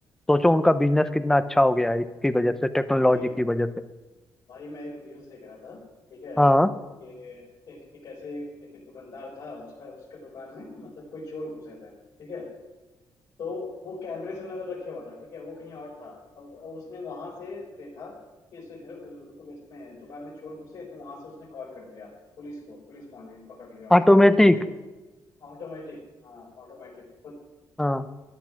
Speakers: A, in the centre; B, on the left (about 65°).
A: सोचो उनका बिजनेस कितना अच्छा हो गया है इसकी वजह से टेक्नोलॉजी
B: भाई
A: की वजह से
B: भाई मैं एक न्यूज देख रहा था ठीक है
A: हाँ
B: कि एक एक ऐसे एक, एक दुकानदार था उसका उसके दुकान में मतलब कोई चोर घुसे थे ठीक है तो वो कैमरे से नजर रखे हुआ था ठीक है वो कहीं और था और और उसने वहां से देखा कि इसके घर इसमें दुकान में चोर घुसे तो वहां से उसने कॉल कर दिया पुलिस को पुलिस पहुंच गई पकड़ लिया उनको
A: ऑटोमेटिक
B: तो ऑटोमेटिक हाँ ऑटोमेटिक खुद
A: हाँ